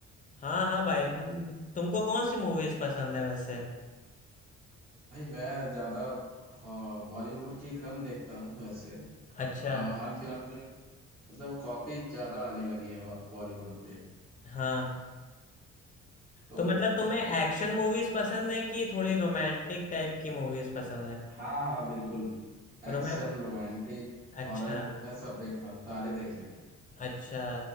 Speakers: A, on the left; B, on the right.
A: हाँ हाँ भाई म, तुमको कौन सी मूवीज पसंद है वैसे
B: भाई मैं ज्यादा हाँ, बॉलीवुड की कम देखता हूँ वैसे
A: अच्छा
B: आ, हाल फिलहाल में मतलब कॉपी ज्यादा आने लगी है वो- बॉलीवुड पे
A: हाँ
B: तो
A: तो मतलब तुम्हें
B: ह-
A: एक्शन मूवीज पसंद है कि थोड़ी रोमांटिक टाइप की मूवीज पसंद है
B: हाँ हाँ बिल्कुल एक्शन
A: रोमै
B: रोमांटिक
A: अच्छा
B: हॉरर मैं सब देखता हूँ सारे देख लेता हूँ
A: अच्छा